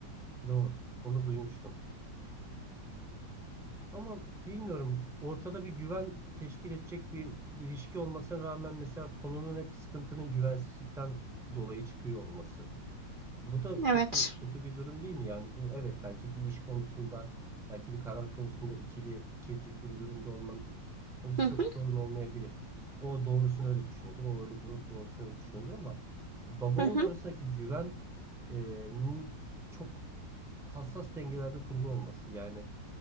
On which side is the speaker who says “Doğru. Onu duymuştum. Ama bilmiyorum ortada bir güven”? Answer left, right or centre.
Centre